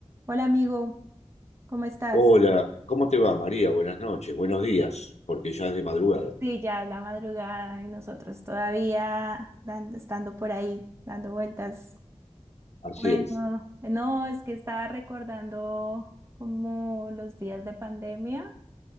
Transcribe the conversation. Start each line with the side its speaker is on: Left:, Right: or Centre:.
Right: Hola amigo, ¿cómo estás?
Left: Hola, ¿cómo te va, María? Buenas noches, buenos días, porque ya es de madrugada.
Right: Sí, ya es la madrugada y nosotros todavía dando, estando por ahí, dando vueltas.
Left: Así
Right: Bueno,
Left: es.
Right: no, es que estaba recordando como los días de pandemia